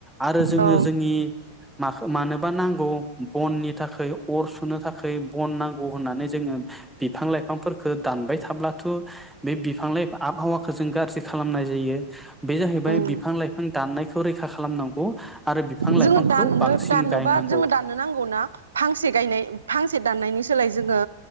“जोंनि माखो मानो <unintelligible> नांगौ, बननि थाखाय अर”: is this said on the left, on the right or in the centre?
Centre